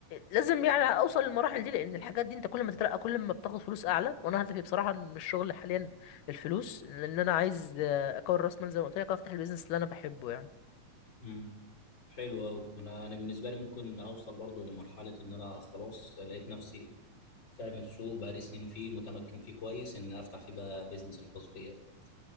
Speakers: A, on the left; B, on the left.
A: لازم يعني اوصل للمراحل دي لان الحاجات دي انت كل ما تترقى كل ما بتاخد فلوس اعلى وانا هدفي بصراحه من الشغل حاليا الفلوس لان انا عايز آه، اكون راس مال زي ما قلت لك افتح البيزنس اللي انا بحبه يعني
B: امم حلو قوي انا انا بالنسبه لي ممكن اوصل برضه لمرحله ان انا خلاص لقيت نفسي فاهم السوق بقالي سنين فيه متمكن فيه كويس ان افتح فيه بقى بيزنس الخاص بيا بقى.